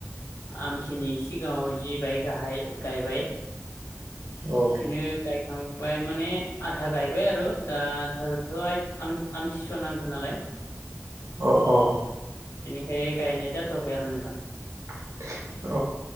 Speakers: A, on the left; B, on the right.
A: आमथिनि सिगाङाव जिबाय गाहाय गायबाय
B: अ
A: बिनो गाय थांबाय माने आथा गायबाय आरो दा थ'-थ' आम-आम-आमथिसुवा नांदों नालाय।
B: अह अह
A: बे गायनाय जाथ'आखै आरो नोंथां
B: <unintelligible>